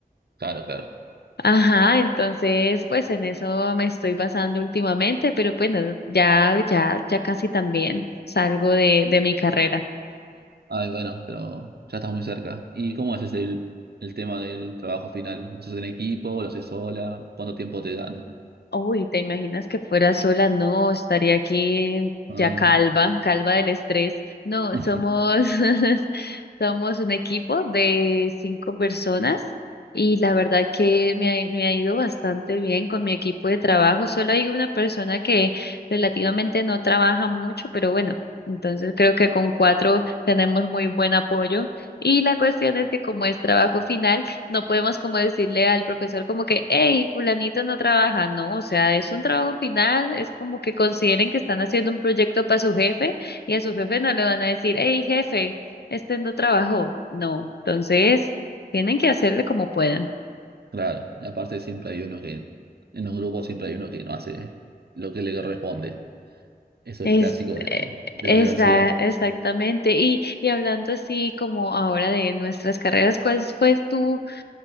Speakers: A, on the right; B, on the left.
A: Claro, claro.
B: Ajá, entonces, pues en eso me estoy basando últimamente, pero bueno, ya, ya, ya casi también salgo de, de mi carrera.
A: Ay, bueno, pero ya estás muy cerca. ¿Y cómo haces el, el tema del trabajo final? ¿Lo haces en equipo? ¿Lo haces sola? ¿Cuánto tiempo te dan?
B: Uy, ¿te imaginas que fuera sola? No, estaría aquí
A: Ah,
B: ya calva, calva del estrés. No,
A: <laughs>
B: somos, <laughs> somos un equipo de cinco personas y la verdad que me ha, me ha ido bastante bien con mi equipo de trabajo. Solo hay una persona que relativamente no trabaja mucho, pero bueno, entonces creo que con cuatro tenemos muy buen apoyo. Y la cuestión es que como es trabajo final, no podemos como decirle al profesor como que, hey, fulanito no trabaja, no, o sea, es un trabajo final, es como que consideren que están haciendo un proyecto para su jefe y a su jefe no le van a decir, hey, jefe, este no trabajó, no, entonces tienen que hacerle como puedan.
A: Claro, y aparte siempre hay uno que, en un grupo siempre hay uno que no hace lo que le corresponde. Eso
B: Es,
A: es clásico de,
B: eh,
A: de
B: esa-
A: la universidad.
B: exactamente. Y, y hablando así como ahora de nuestras carreras, ¿cuál fue tu